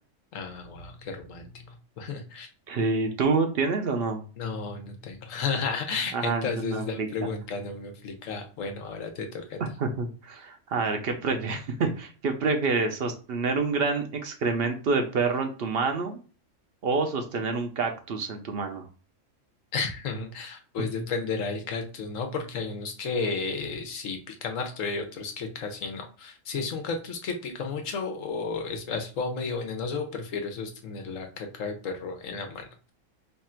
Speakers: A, on the left; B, on the right.
A: Ah, wow, qué romántico. <laughs>
B: Sí, ¿tú tienes o no?
A: No, no tengo. <laughs>
B: Ajá,
A: Entonces
B: entonces no
A: esa
B: aplica.
A: pregunta no me aplica. Bueno, ahora te toca a ti.
B: <laughs> A ver, ¿qué prefieres? <laughs> ¿Qué prefieres? ¿Sostener un gran excremento de perro en tu mano o sostener un cactus en tu mano.
A: <laughs> Pues
B: Ujú.
A: dependerá del cactus, ¿no? Porque hay unos que sí pican harto y hay otros que casi no. Si es un cactus que pica mucho o es así como medio venenoso, prefiero sostener la caca de perro en la mano.